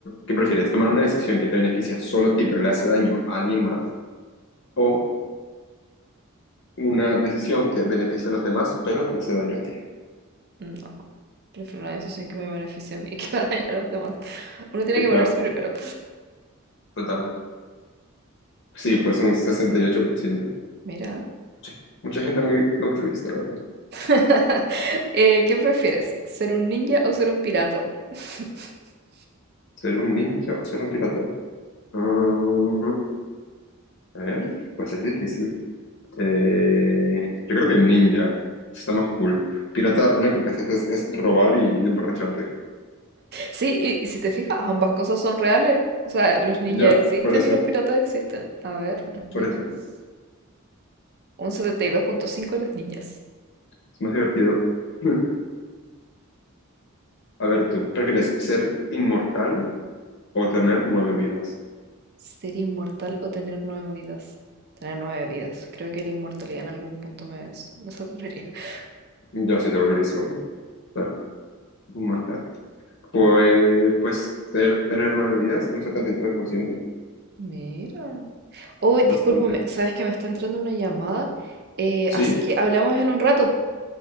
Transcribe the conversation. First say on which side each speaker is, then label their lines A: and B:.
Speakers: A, on the left; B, on the right.
A: qué prefieres? ¿Tomar una decisión que te beneficia solo a ti, pero le hace daño a alguien más? ¿O una decisión que beneficia a los demás, pero te hace daño a ti?
B: No, prefiero una decisión que me beneficie a mí <laughs> y que va a dañar a los demás. Uno tiene que ponerse
A: Ya,
B: primero.
A: total. Sí, pues un sesenta y ocho por ciento
B: Mira.
A: Sí, mucha gente muy altruista, ¿verdad?
B: <laughs> Eh, ¿qué prefieres? ¿Ser un ninja o ser un pirata? <laughs>
A: ¿Ser un ninja o ser un pirata? Mm, a ver, pues es difícil. Eh, yo creo que ninja. Está más cool. Pirata, lo único que haces es, es robar y emborracharte.
B: Sí, y, y si te fijas, ambas cosas son reales. O sea, los ninjas
A: Ya,
B: existen
A: por eso,
B: y los piratas existen. A ver, los ninjas.
A: por eso.
B: Un 72.5 de los ninjas.
A: Es más divertido. <laughs> A ver, tú, ¿prefieres ser inmortal o tener nueve vidas?
B: ¿Ser inmortal o tener nueve vidas? Tener nueve vidas. Creo que la inmortalidad en algún punto me, s- me saturaría. <laughs>
A: Yo sí te volverías loco. Ser inmortal. Pues, pues ser, tener nueve vidas, un setenta y tres por ciento,
B: Mira. Oh, discúlpame,
A: Bastante.
B: sabes que me está entrando una llamada. Eh,
A: Sí,
B: así que hablamos en un rato.